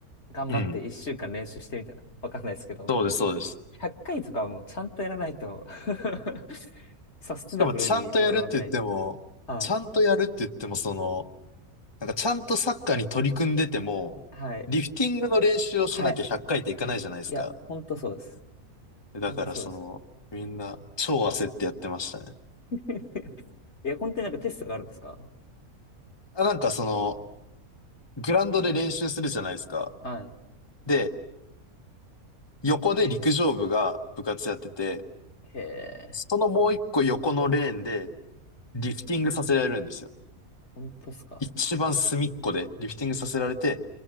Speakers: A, on the left; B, on the left.
A: 頑張って1週間練習してみたいな。
B: うん。
A: わかんないですけど、
B: そうです、そうです。
A: 100回とかはもうちゃんとやらないと <laughs> サステナブルにボールを上げないと。
B: しかもちゃんとやるって言っても、
A: はい。
B: ちゃんとやるって言っても、その、なんかちゃんとサッカーに取り組んでても、
A: はい。
B: リフティングの練習をしなきゃ100回っかいっていかないじゃないですか。
A: はい。いや、ほんとそうです。
B: だからその、
A: ほんとそうですよ。
B: みんな超焦ってやってましたね。
A: <laughs> いや、本当になんかテストがあるんですか
B: あなんかその、グラウンドで練習するじゃないですか。
A: はい。
B: で、横で陸上部が部活やってて、
A: へえ、
B: そのもう一個横のレーンでリフティングさせられるんですよ。
A: ほんとっすか。
B: 一番隅っこでリフティングさせられて、